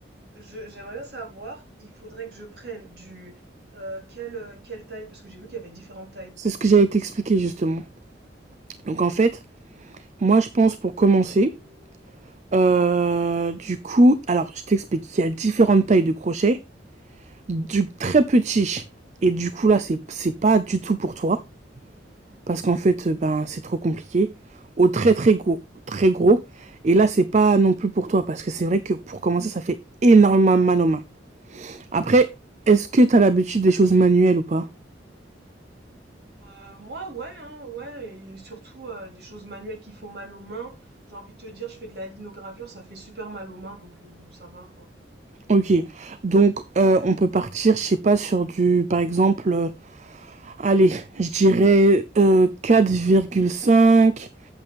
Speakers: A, on the right; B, on the right.
A: Je j'aimerais bien savoir, il faudrait que je prenne du euh, quelle euh, quelle taille parce que j'ai vu qu'il y avait différentes tailles.
B: C'est ce que j'allais t'expliquer justement. Donc en fait, moi je pense pour commencer, euh, du coup, alors je t'explique qu'il y a différentes tailles de crochets, du très petit et du coup là c'est c'est pas du tout pour toi parce qu'en fait ben c'est trop compliqué, au très très gros très gros et là c'est pas non plus pour toi parce que c'est vrai que pour commencer ça fait énormément mal aux mains. Après, est-ce que t'as l'habitude des choses manuelles ou pas
A: Euh, moi ouais hein, ouais et surtout euh, des choses manuelles qui font mal aux mains. J'ai envie de te dire, je fais de la linogravure, ça fait super mal aux mains donc euh, ça va quoi.
B: Ok, donc euh, on peut partir, je sais pas, sur du, par exemple, euh, allez, je dirais euh, 4,5,